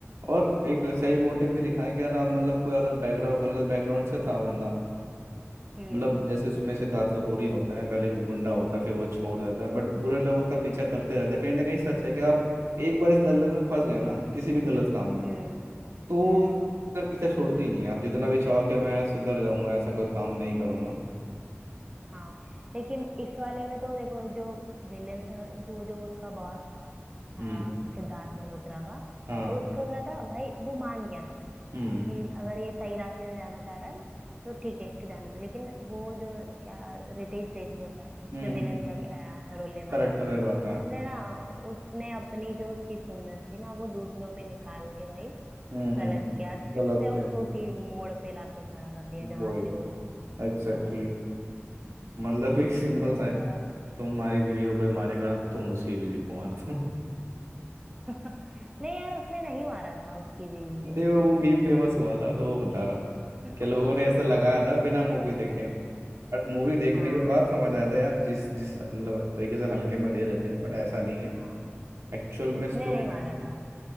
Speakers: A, on the right (about 85°); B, on the right (about 20°).
A: और एक सही मोटिव भी दिखाया कि यार आप मतलब कोई अगर बैकग्राउंड गलत बैकग्राउंड से था बंदा
B: हम्म
A: मतलब जैसे उसमें सिद्धार्थ कपूर ही होता है पहले वो गुंडा होता है फिर वो छोड़ देता है बट बुरे लोग उसका पीछा करते रहते हैं कहीं ना कहीं सच है कि आप एक बार इस दलदल में फंस गए ना किसी भी गलत काम में
B: हम्म
A: तो
B: हम्म
A: आप अगर पीछा छोड़ते ही नहीं है, आप जितना भी चाहो कि मैं सुधर जाऊंगा ऐसा कोई काम नहीं करूंगा
B: हाँ लेकिन इस वाले में तो देखो जो विलेन वो जो उसका बॉस था
A: हम्म
B: हाँ सिद्धार्थ मल्होत्रा का
A: हाँ
B: उसका क्या था भाई वो मान गया था
A: हम्म
B: कि अगर ये सही रास्ते में जाना चाह रहा है ना तो ठीक है इसके जाने दो लेकिन वो जो क्या रितेश देशमुख है
A: हम्म
B: जो विलेन
A: हम्म
B: का रोल निभाया
A: करेक्टर
B: है
A: ने बाता
B: उसने
A: है
B: ना उसने अपनी जो उसकी खुंदस थी ना वो दूसरों पे निकाल के भाई
A: हम्म
B: गलत
A: हम्म
B: किया फिर
A: गलत
B: से
A: किया
B: उसको उसी मोड़ पे लाके खड़ा कर दिया जहां
A: वही
B: से वो
A: एग्जैक्टली
B: गया था
A: exactly. मतलब एक सिंपल
B: तो वो
A: सा है
B: थोड़ा
A: तुम हमारी बीवी को कोई
B: हम्म।
A: मारेगा तुम उसकी बीवी को मार दो
B: <laughs> नहीं यार उसने नहीं मारा था उसकी बीवी
A: नहीं
B: को
A: वो मीम फेमस हुआ था तो वो बता रहा हूँ
B: <laughs>
A: कि लोगों ने ऐसा लगाया
B: हाँ
A: था बिना मूवी देखे बट मूवी देखने
B: हाँ
A: के बाद समझ आया था यार जिस जिस मतलब तरीके से हल्के में ले रहते हैं बट ऐसा नहीं है
B: हाँ
A: एक्चुअल में
B: उसने
A: स्टोरी
B: नहीं
A: लाइन
B: मारा था